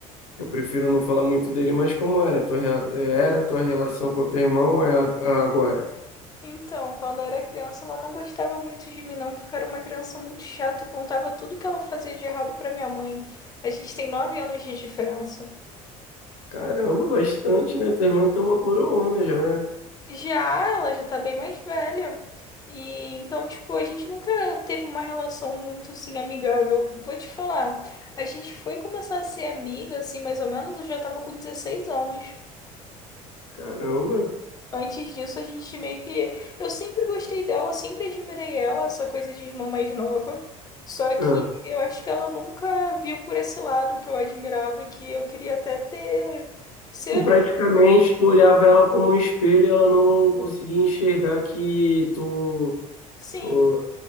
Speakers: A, on the left; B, on the left.
A: eu prefiro não falar muito dele, mas como era a tua, rea- era a tua relação com o teu irmão ou é a- a agora?
B: Então, quando eu era criança, ela não gostava muito de mim, não, porque eu era uma criança muito chata e contava tudo que ela fazia de errado pra minha mãe. A gente tem nove anos de diferença.
A: Caramba, bastante, né? Teu irmão então é uma coroona já, né?
B: Já ela já tá bem mais velha. E então, tipo, a gente nunca teve uma relação muito assim amigável. Vou te falar, a gente foi começar a ser amiga, assim, mais ou menos, eu já tava com 16 anos.
A: Caramba.
B: Antes disso, a gente meio que. Eu sempre gostei dela, sempre admirei ela, essa coisa de irmã mais nova. Só que
A: Ah.
B: eu acho que ela nunca viu por esse lado que eu admirava e que eu queria até ter. Ser,
A: Tu praticamente tu olhava ela como um espelho e ela não conseguia enxergar que tu.
B: sim,
A: o-